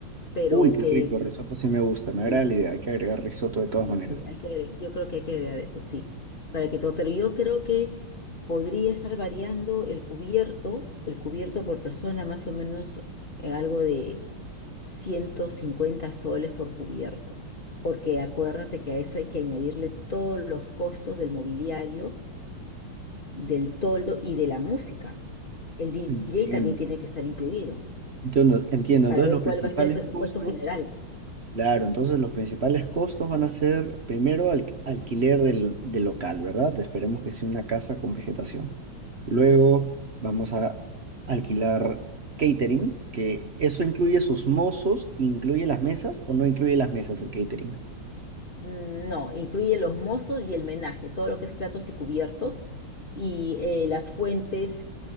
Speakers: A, on the left (about 35°); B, on the right (about 45°).
A: pero
B: Uy, qué
A: que
B: rico, risotto sí me gusta, me agrada
A: sí,
B: la idea, hay que agregar risotto de todas
A: sí,
B: maneras.
A: sí, hay que agregar- yo creo que hay que agregar eso, sí, para que todo, pero yo creo que podría estar variando el cubierto, el cubierto por persona, más o menos eh, algo de 150 soles por cubierto, porque acuérdate que a eso hay que añadirle todos los costos del mobiliario, del toldo y de la música. El DJ
B: Entiendo.
A: también tiene que estar incluido
B: Entiendo, entiendo.
A: para
B: Entonces
A: ver
B: los
A: cuál
B: principales
A: va a ser el presupuesto
B: costos
A: general.
B: Claro, entonces los principales costos van a ser primero al- alquiler del, del local, ¿verdad? Esperemos que sea una casa con vegetación. Luego vamos a alquilar catering, que eso incluye sus mozos, incluye las mesas o no incluye las mesas el catering.
A: Mm, No, incluye los mozos y el menaje, todo lo que es platos y cubiertos y eh, las fuentes